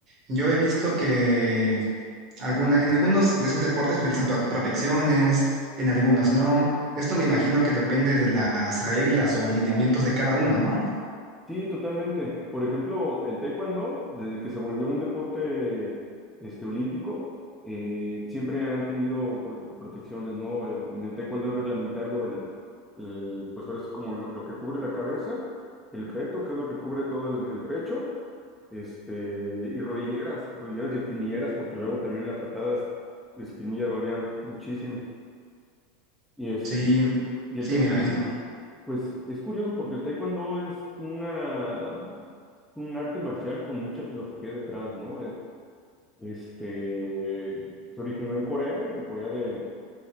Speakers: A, on the right (about 40°); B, in the centre.
A: yo he visto que alguna, en algunos de esos deportes utilizan pro- protecciones, en algunos no. Esto me imagino que depende de las reglas o lineamientos de cada uno, ¿no?
B: Sí, totalmente. Por ejemplo, el taekwondo, desde que se volvió un deporte este, olímpico, eh, siempre han tenido pro- protecciones, ¿no? El- en el taekwondo es reglamentario el, el, pues ahora es como lo, lo que cubre la cabeza, el peto, que es lo que cubre todo el, el pecho, este, y rodilleras, rodilleras y espinilleras, porque luego también las patadas de espinilla dolían muchísimo. Y este,
A: Sí,
B: y
A: sí,
B: el taekwondo,
A: me imagino.
B: pues es curioso porque el taekwondo es una, un arte marcial con mucha filosofía detrás, ¿no? Es, este, se originó en Corea, en Corea de,